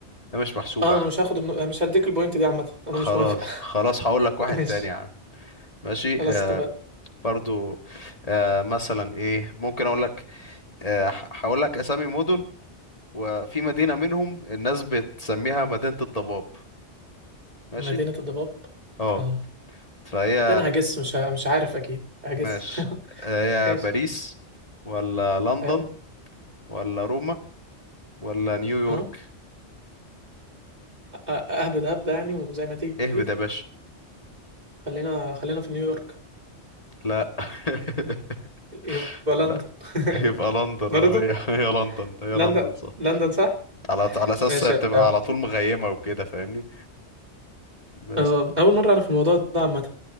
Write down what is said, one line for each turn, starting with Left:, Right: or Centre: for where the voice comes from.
Left: ده مش محسوب
Right: اه
Left: يا عم
Right: انا مش هاخد النو- أنا مش هديك البوينت دي عامه انا
Left: خلاص
Right: مش موافق
Left: خلاص هقول لك واحد
Right: <laughs> ماشي
Left: تاني يا عم ماشي
Right: خلاص
Left: آه
Right: اتفقنا
Left: برضو آه مثلا ايه ممكن اقول لك آه، ه- هقول لك اسامي مدن وفي مدينة منهم الناس بتسميها مدينة الضباب ماشي
Right: مدينة الضباب
Left: اه
Right: اه
Left: فهي
Right: ده انا هجس مش ه... مش عارف اكيد هجس
Left: ماشي
Right: <laughs>
Left: آه،
Right: ماشي
Left: هي باريس ولا لندن
Right: اه
Left: ولا روما ولا نيويورك
Right: اه أ- أ- اهبد هبدة يعني وزي ما تيجي
Left: اهبد يا باشا
Right: خلينا خلينا في نيويورك
Left: لا <laughs>
Right: يبقى لندن
Left: لا
Right: <laughs>
Left: يبقى لندن
Right: برضه
Left: اه هي هي لندن هي
Right: لندن
Left: لندن صح
Right: لندن صح
Left: على على اساس
Right: ماشي
Left: بتبقى
Right: يا عم
Left: على طول مغيمة وكده فاهمني بس
Right: آه، اول مرة اعرف الموضوع ده عامة